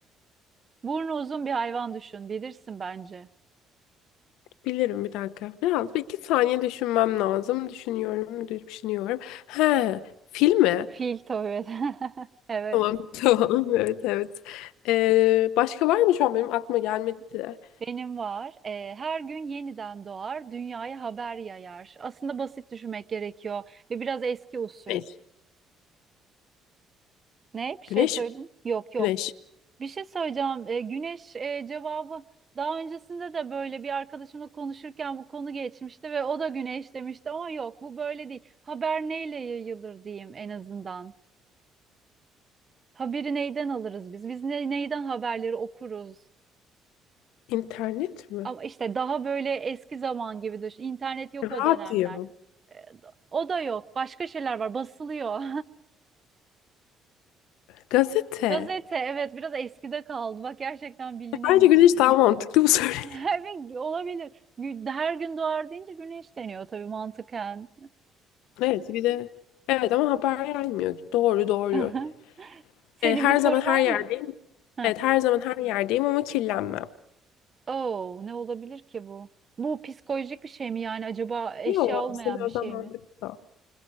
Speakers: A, on the right; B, on the left.
A: Burnu uzun bir hayvan düşün. Bilirsin bence.
B: Bilirim bir dakika. Biraz bir iki saniye düşünmem lazım. Düşünüyorum, düşünüyorum. He, fil mi?
A: Fil tabii. <laughs> Evet.
B: Tamam <laughs> tamam evet evet. Ee, başka var mı şu an benim aklıma gelmedi de.
A: Benim var. Ee, her gün yeniden doğar, dünyaya haber yayar. Aslında basit düşünmek gerekiyor ve biraz eski usul.
B: Güneş.
A: Ne? Bir şey
B: Güneş
A: söyledim.
B: mi?
A: Yok yok.
B: Güneş.
A: Bir şey söyleyeceğim. Ee, güneş e, cevabı daha öncesinde de böyle bir arkadaşımla konuşurken bu konu geçmişti ve o da güneş demişti ama yok bu böyle değil. Haber neyle yayılır diyeyim en azından. Haberi neyden alırız biz? Biz ne, neyden haberleri okuruz?
B: İnternet mi?
A: Ama işte daha böyle eski zaman gibi düşün. İnternet yok o
B: Radyo.
A: dönemler. Ee, O da yok. Başka şeyler var. Basılıyor.
B: Gazete.
A: <laughs> Gazete evet biraz eskide kaldı. Bak gerçekten bilinemiyor.
B: E, Bence güneş daha mantıklı bu soru. <laughs>
A: <laughs> Evet olabilir. Gü- Her gün doğar deyince güneş deniyor tabii mantıken.
B: Evet bir de evet ama haber gelmiyor. Doğru doğru.
A: <laughs> Senin
B: Ee, her
A: bir sorun
B: zaman her
A: var
B: yerdeyim.
A: mı? Heh.
B: Evet her zaman her yerdeyim ama kirlenmem.
A: Oo, ne olabilir ki bu? Bu psikolojik bir şey mi yani acaba eşya
B: Yok
A: olmayan
B: aslında biraz
A: bir şey
B: daha mantıklı.
A: mi?